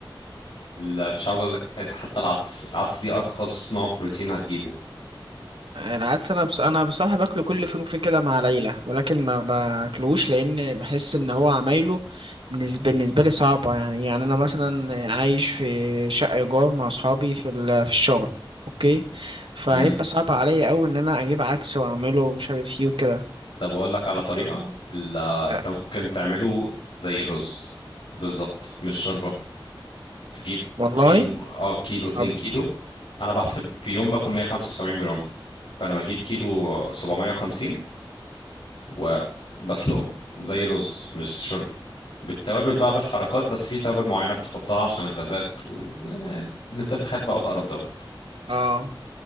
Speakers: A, on the left (about 70°); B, on the right (about 75°).
A: ال- مش عاوز اقول لك إيه، حتى العدس العدس دي ارخص نوع بروتين هتجيبه
B: العدس انا بص... انا بصراحه باكله كل فين وفين كده مع العيله ولكن ما باكلوش لان بحس ان هو عمايله بالنسبه بالنسبه لي صعبه يعني يعني انا مثلا عايش في شقه ايجار مع اصحابي في ال... في الشغل اوكي فهيبقى
A: امم
B: صعب عليا قوي ان انا اجيب عدس واعمله مش عارف ايه وكده
A: طب اقول لك على طريقه ال- انت
B: أه،
A: ممكن تعمله زي الرز بالظبط مش شوربه تجيب
B: والله
A: كيلو اه كيلو 2
B: طب
A: كيلو انا بحسب في يوم باكل 175 جرام فانا بجيب كيلو 750 وبسلقهم زي الرز مش شرب بالتوابل بقى بالحركات بس في توابل معينة بتحطها عشان الغازات والانتفاخات بقى والقرف دوت
B: اه